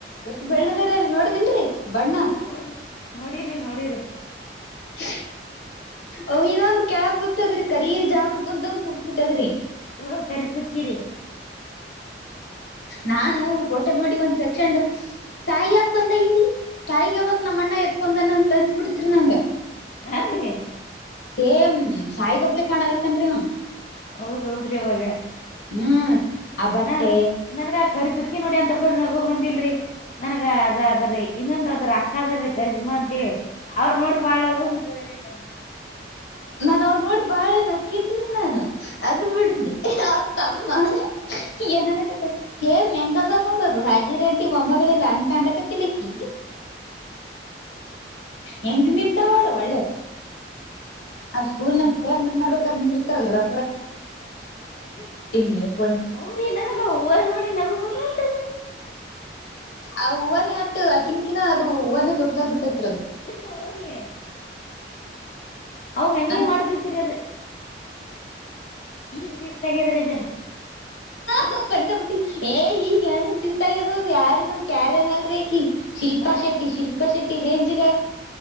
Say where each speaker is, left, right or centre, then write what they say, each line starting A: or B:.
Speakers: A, on the left; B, on the left.
A: ಎಟ್ಟ್ ಬೆಳ್ಳಗರರಿ
B: ಹಾ ರೀ
A: ನೋಡಿದಿ ಇಲ್ರಿ ಬಣ್ಣ.
B: ನೋಡಿ ನೋಡಿರಿ ನೋಡಿರಿ
A: ಹ ಅವ ಇನ್ನೊಂದ್ ಕೆಳ ಕೂತದ್ರಿ ಕರಿ <unintelligible> ಕುಂತಂಗ ಕೂತ್ ಬಿಟ್ಟದ್ರಿ
B: ಅ ಕರೀ ಚುಕ್ಕಿರಿ.
A: ನಾನು ಫೋಟೊ ನೋಡಿ ಒಂದ್ ಸಕ್ಷಂಡು ಸಾಯಿ ಯಾಕ್ ಬಂದ ಇಲ್ಲಿ ಸಾಯಿಗೆ ಯವಾಗ ನಮ್ಮ ಅಣ್ಣ ಎತ್ಕೊಂಡಾನ ಅಂತ ಅನ್ಸ್ಬಿಡ್ತ್ರಿ ನಂಗ.
B: ಹಾ ರೀ.
A: ಸೇಮ್ ಸಾಯಿಗತ್ಲೆ ಕಾಣಾಕತ್ತಾನ್ರಿ ಅವ್.
B: ಹೌದ ಹೌದ್ರಿ ಅವಾಗ
A: ಹ್ಮ್ ಆ ಬಟ್ಟೆ
B: ನಾ ನನ್ಗ ಆ ಕರಿ ಚುಕ್ಕಿ ನೋಡಿ ಅ <unintelligible> ನಗು ಬಂದಿಲ್ರಿ ನನಗ ಅದ ಅದ್ರೀ ಇನ್ನೊಂದ ಅದ್ರ ಅಕ್ಕಾ ಅದರೀ ಕರೀಷ್ಮ ಅಂತ ಹೇಳಿ ಅವ್ರ ನೋಡಿ ಬಾಳ <unintelligible>
A: ನಾನ ಅವ್ರ ನೋಡಿ ಬಾಳ ನಕ್ಕಿನ್ರಿ ನಾನ್ ಅದು ಬಿಡಿ ಅವ್ರ ತಮ್ಮ ಏನ್ ಅನಾಕತ್ತಾನ್ ಏನ್ ಹೆಂಗದ ನೋಡೋದು ಹಾಜಿರಂಟಿ ಮಮ್ಮಗಳ್ ಇಲ್ಲ ಹಂಗ್ ಕಾನ್ಲಾಕತ್ತಿಲ್ ಇಕ್ಕಿ ಹೆಂಗ ನಿಂತಾಳ್ ನೋಡ್ ಒಳ್ಳೆ ಆ ಸ್ಕೂಲ್ನ್ಯಾಗ್ ಫೋನ್ ಹೆಂಗ್ ಮಾಡಬೇಕ್ <unintelligible> ನಿಂದಿರ್ತಾರಲ್ಲ <unintelligible>
B: <unintelligible>
A: ಆ ಹೂವಾನೇ ಅಟ್ಟ ಆಕಿನ್ಕಿನ ಅದು ಹೂವಾನೇ ದೊಡ್ಡದಾಗ ಬಿಟ್ಟೈತ್ರಿ ಅದು.
B: ಹು ರೀ ಅವಾಗ ಹಂಗೆ
A: ನನಗ್
B: ಮಾಡ್ತಿತ್ರಿ ಅದ್. ಈಗ ಶಿಸ್ತ ಆಗದರೀ ಜರಾ.
A: ಹ ಕಂಡ ಪುಟ್ಟಿ ಏ ಈಗ್ ಹೆಂಗ್ ಶಿಸ್ತ್ <unintelligible> ಕ್ಯಾರ್ <unintelligible> ಶಿಲ್ಪಾ
B: ಆ
A: ಶೆಟ್ಟಿ,
B: ರೀ
A: ಶಿಲ್ಪಾ ಶೆಟ್ಟಿ ರೇಂಜ <unintelligible>